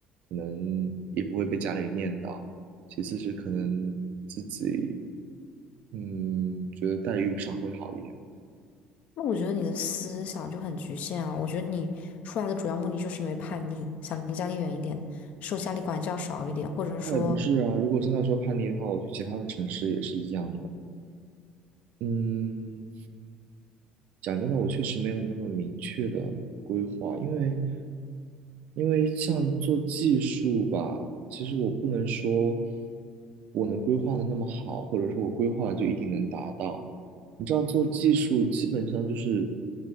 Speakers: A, on the right; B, on the left.
A: 可能也不会被家里念叨。其次是可能自己嗯，觉得待遇上会好一点。
B: 那我觉得你的思想就很局限啊，我觉得你出来的主要目的就是因为叛逆，想离家里远一点。受家里管教少一点，或者说，
A: 那也不是啊，如果真的说叛逆的话，我去其他的城市也是一样的。嗯，讲真的，我确实没有你那么明确的规划，因为因为像做技术吧，其实我不能说我能规划的那么好，或者说我规划了就一定能达到。你知道做技术基本上就是